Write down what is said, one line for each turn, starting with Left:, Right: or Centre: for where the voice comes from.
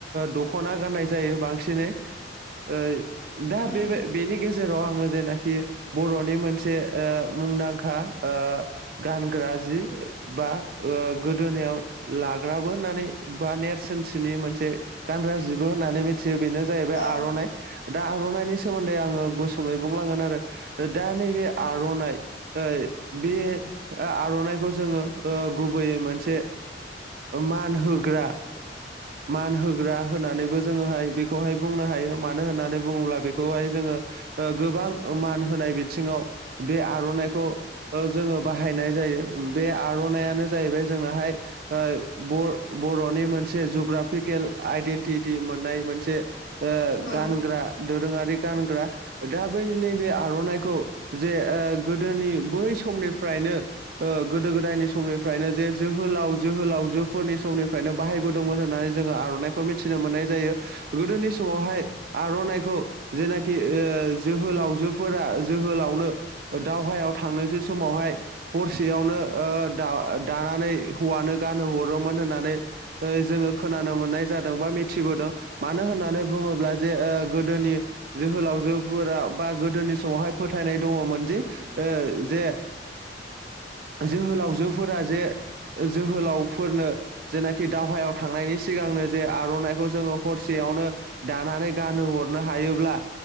Right: दख'ना गाननाय जायो बांसिनै ओ दा
Left: उम
Right: बे बेनि गे जेराव आङो जेनाखि बर'नि मोनसे ओ मुंदांखा ओ गानग्रा जि बा ओ गोदोनायाव लाग्राबो होननानै बा नेरसोनथिनि मोनसे गानग्रा जिबो होननानै मिथियो बेनो जाहैबाय
Left: औ
Right: आर'नाइ दा आर'नाइनि सोमोन्दै आङो गुसुङै बुंलांगोन आरो दा नैबे आर'नाइ ओ बे आर'नाइखौ जोङो गुबैयै मोनसे मान होग्रा मान होग्रा होननानैबो जोङोहाय बेखौहाय बुंनो हायो मानो होननानै बुङोब्ला बेखौहाय जोङो गोबां मान होनाय बिथिङाव बे आर'नाइखौ जोङो बाहायनाय जायो बे आर'नायानो जाहैबाय जोंनाहाय बर' बर'नि मोनसे जग्राफिकेल आइडेन्टिटि मोननाय मोनसे ओ
Left: औ
Right: गानग्रा दोरोङारि गानग्रा दा बै नैबे आर'नाइखौ जे ओ गोदोनि बै समनिफ्रायनो ओ गोदो गोदायनि समनिफ्रायनो जे जोहोलाव जोहोलाव जोफोरनि समनिफ्रायनो बाहायबोदोंमोन होननानै जोङो आर'नाइखौ मिथिनो मोननाय जायो गोदोनि समावहाय आर'नाइखौ जेनाखि जोहोलावजोफोरा जोहोलावनो दावहायाव थांनोसै समावहाय हरसेयावनो ओ दा दानानै हौवानो गानहो हरोमोन होननानै जोङो खोनानो मोननाय जादों बा मिथिबोदों मानो होननानै बुङोब्ला जे ओ गोदोनि जोहोलावजोफोराव बा गोदोनि समावहाय फोथायनाय दङमोन दि ओ जे जोहोलावजोफोरा जे जोहोलावफोरनो जेनाखि दावहायाव थांनायनि सिगांनो जे आर'नाइखौ जोङो हरसेयावनो दानानै गान हरनो हायोब्ला